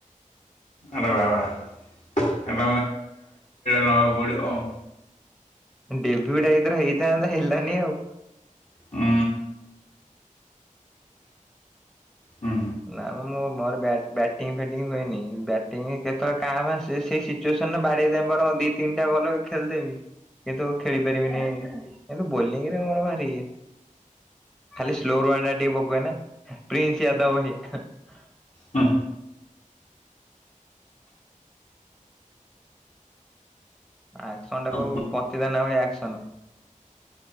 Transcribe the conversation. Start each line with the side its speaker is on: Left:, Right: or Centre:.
Left: ଆଡ଼େ ବା ବା <unintelligible> ନଆକୁ ପଡିବ ଆଉ
Centre: ଡେବ୍ୟୁ ଟା ଏଇଥର ହେଇଥାନ୍ତା ହେଲାନି ଆଉ
Left: ହୁଁ ହୁଁ ହୁଁ
Centre: ନା ମୁଁ ମୋର ବ୍ୟାଟ୍ ବ୍ୟାଟିଂ ଫେଟିଙ୍ଗ ହୁଏନି ବ୍ୟାଟିଂ କେତେବେଳେ କାଁ ଭାଁସ୍ ଯେ ସେ ସେଇ ସିଚୁଏସନ ରେ ବାଡେଇଦମି ବର ଦି ତିନିଟା ବଲ ଖେଳିଦେମି କିନ୍ତୁ ଖେଳି ପାରିବିନି କିନ୍ତୁ ବୋଲିଙ୍ଗ ରେ ମୋର ଭାରି ଖାଲି ସ୍ଲୋର ୱାଇଣ୍ଡ ଟିକେ ପକଉ ନା ପ୍ରିନ୍ସ ୟାଦବହି <inaudible>
Left: ହୁଁ
Centre: ଆକ୍ସନ ଟା
Left: ହୁଁ
Centre: କହବୁ ପକ୍ଷି ଦାନା ଭଳି ଆକ୍ସନ